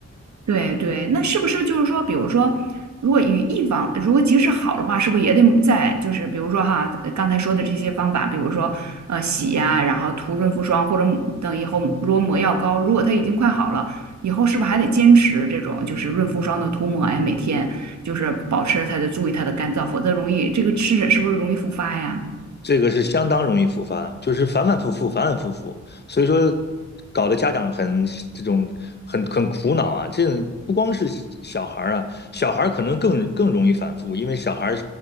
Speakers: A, on the right; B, on the left.
A: 对对，那是不是就是说，比如说，如果与一方如果即使好的话，是不是也得在就是比如说哈，呃刚才说的这些方法，比如说呃洗呀、然后涂润肤霜，或者等以后如果抹药膏，如果它已经快好了，以后是不是还得坚持这种就是润肤霜的涂抹呀？每天就是保持它的注意它的干燥，否则容易这个湿疹是不是容易复发呀？
B: 这个是相当容易复发，就是反反复复，反反复复，所以说搞得家长很这种很很苦恼啊。这种不光是小孩儿啊，小孩儿可能更更容易反复，因为小孩儿